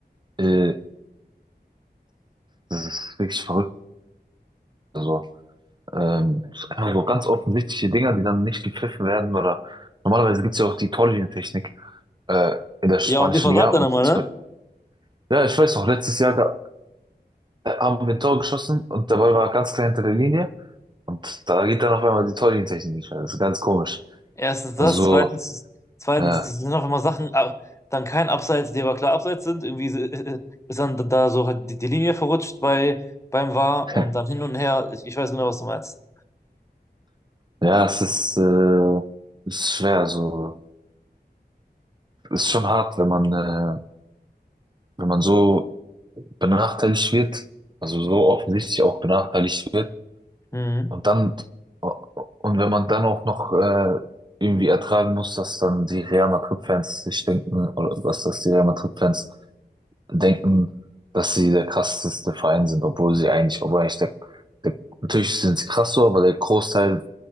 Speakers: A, on the right; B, on the left.
A: äh, das ist wirklich verrückt. Also, ähm, so ganz offensichtliche Dinger, die dann nicht gepfiffen werden oder normalerweise gibt's ja auch die Torlinientechnik. äh, in der spanischen
B: Ja, und die versagt
A: Liga. Und
B: dann immer,
A: zum
B: ne?
A: Beispiel- ja, ich weiß noch, letztes Jahr ga- äh, haben wir ein Tor geschossen und dabei war er ganz klein hinter der Linie. Und da geht dann auf einmal die Torlinientechnik nicht mehr. Das ist ganz komisch.
B: Erstens das,
A: Also,
B: zweitens, zweitens,
A: äh,
B: das sind auch immer Sachen, ah, dann kein Abseits, die aber klar Abseits sind. Irgendwie so, äh, äh, ist dann da so halt die, die Linie verrutscht bei, beim VAR
A: <laughs>
B: und dann hin und her. Ich, ich weiß genau, was du meinst.
A: ja, es ist, äh, ist schwer. So, ist schon hart, wenn man, äh, wenn man so benachteiligt wird, also so offensichtlich auch benachteiligt wird.
B: Mhm.
A: Und dann, und wenn man dann auch noch äh, irgendwie ertragen muss, dass dann die Real Madrid-Fans sich denken, oder dass das die Real Madrid-Fans denken, dass sie der krasseste Verein sind, obwohl sie eigentlich, obwohl eigentlich der, der natürlich sind sie krass so, aber der Großteil